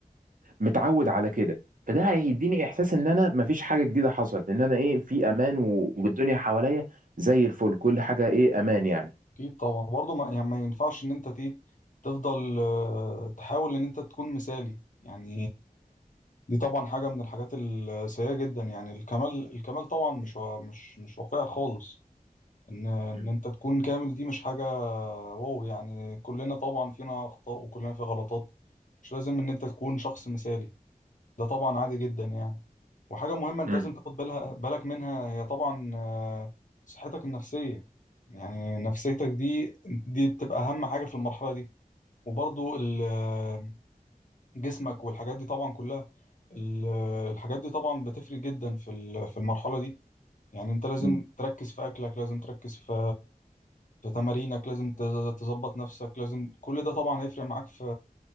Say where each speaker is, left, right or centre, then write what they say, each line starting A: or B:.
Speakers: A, on the right; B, on the left.
A: متعود على كده فده هيديني احساس ان انا مفيش حاجه جديده حصلت ان انا ايه في امان و- والدنيا حواليا زي الفل كل حاجه ايه امان يعني
B: اكيد طبعا برضه ما يعني ما ينفعش ان انت تي تفضل آه، تحاول ان انت تكون مثالي يعني دي طبعا حاجه من الحاجات السيئه جدا يعني الكمال الكمال طبعا مش وا- مش مش واقعي خالص ان ان
A: مم.
B: انت تكون كامل دي مش حاجه واو يعني كلنا طبعا فينا اخطاء وكلنا في غلطات مش لازم ان انت تكون شخص مثالي ده طبعا عادي جدا يعني وحاجة مهمة انت
A: مم.
B: لازم تاخد بالها بالك منها هي طبعا آه، صحتك النفسية يعني نفسيتك دي دي بتبقى أهم حاجة في المرحلة دي وبرضو ال- آه، جسمك والحاجات دي طبعا كلها ال- آه، الحاجات دي طبعا بتفرق جدا في ال- في المرحلة دي يعني انت لازم
A: مم.
B: تركز في أكلك لازم تركز في في تمارينك لازم ت- تظبط نفسك لازم كل ده طبعا هيفرق معاك في